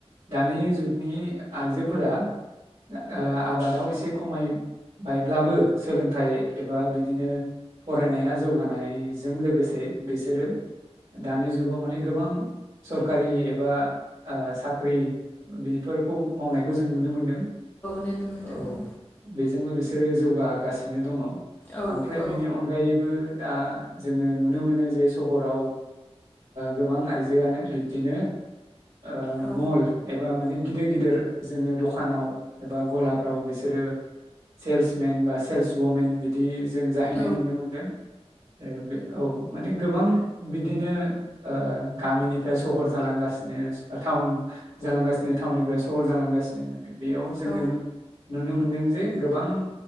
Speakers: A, on the right; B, on the left.
A: दानि जुगनि आइजोफोरा ओ आबादाव एसे खमायबायब्लाबो सोलोंथाइ एबा बिदिनो फरायनाया जौगानाय जों लोगोसे बिसोरो दानि जुगाव माने गोबां सरखारि एबा ओ साख्रि बि फोरखौ मावनाय खौ जों नुनो मोनदों
B: नुनो मोनदों
A: औ बेजोंबो बेसे रो जौगागासिनो दङ।
B: औ
A: ओमफ्राय
B: औ
A: बेनि अनगायैबो दा जोङो नुनो मोनो जे जे सहराव ओ गोबां आयजोआनो बिबदिनो ओ
B: औ
A: मल एबा माने गिदिर गिदिर जोङो द'खानाव एबा गलाफ्राव बिसोरो सेल्स मेन बा सेल्स वमेन बिदि जों जाहैनाय
B: औ
A: नुनो मोनदों बे औ। गोबां बिदिनो ओ गामिनिफ्राय सहर जालांगासिनो टाउन जालांगासिनो। टाउनिफ्राय सहर जालांगासिनो बेयाव जोङो
B: औ
A: नुनो मोनदों जे गोबां